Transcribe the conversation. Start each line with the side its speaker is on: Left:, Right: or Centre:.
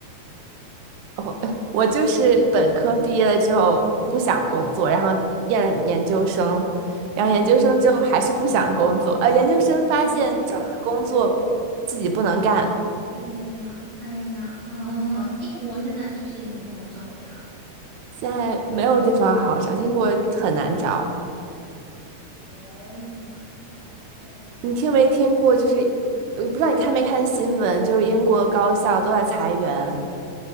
Right: 哦，<laughs> 我就是本科毕业了之后不想工作，
Left: 嗯，
Right: 然后念了研究生，
Left: 嗯，
Right: 然后研究生之后还是不想工作，呃，研究生发现找的工作
Left: 对呀，
Right: 自己不能干，
Left: 对呀，哎呀，啊，英国现在是不是也很不好找呀？
Right: 现在没有地方好找，英国很难找。
Left: 天呐，哎，太可怕了！
Right: 你听没听过？就是我不知道你看没看新闻，就是英国高校都在裁员，